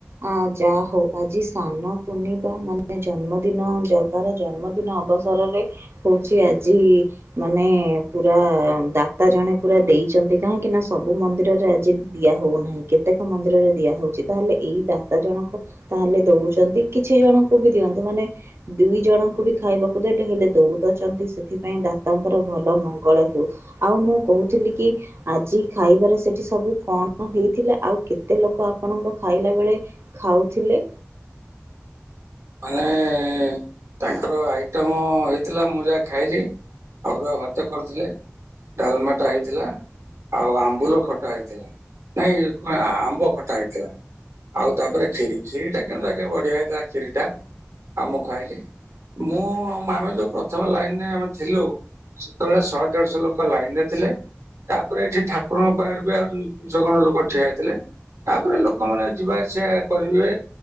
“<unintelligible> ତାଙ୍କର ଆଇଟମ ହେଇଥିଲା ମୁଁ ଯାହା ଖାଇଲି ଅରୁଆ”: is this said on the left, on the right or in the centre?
Right